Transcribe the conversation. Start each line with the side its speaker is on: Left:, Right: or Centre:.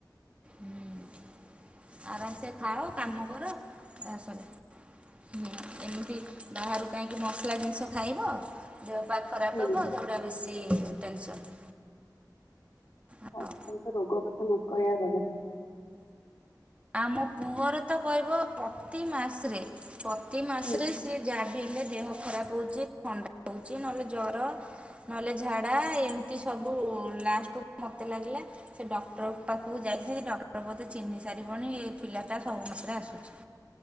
Right: ହୁଁ ଆରାମସେ ଖାଅ କାମ କର ଯା ସିଲାଇ। ହୁଁ ଏମିତି ବାହାରୁ କାହିଁକି ମସଲା ଜିନିଷ ଖାଇବ ଦେହପା ଖରାପ୍
Left: ହୁଁ
Right: ହବ ସେଗୁଡା ବେଶୀ ଟେନସନ୍। ଆଉ
Left: ଆଜିକାଲି ତ ରୋଗ କଥା ନକହିଆ ଭଲ।
Right: ଆମ ପୁଅର ତ କହିବ ପ୍ରତି ମାସ୍ ରେ ପ୍ରତି ମାସ୍
Left: ହୁଁ
Right: ରେ ସେ ସିଏ ଜାହା ବି ହେଲେ ଦେହ ଖରାପ୍ ହଉଛି ଥ-ଣ୍ଡା ହଉଚି ନହେଲେ ଜର ନହେଲେ ଝାଡା ଏମିତି ସବୁ ଲାଷ୍ଟକୁ ମତେ ଲାଗିଲା ସେ ଡକ୍ଟର ପାଖୁକୁ ଯାଇଥି ଡ-କ୍ଟର ବୋଧେ ଚିହ୍ନି ସାରିବଣି ଏଇ ପିଲାଟା ସବୁ ମାସେରେ ଆସୁଚି।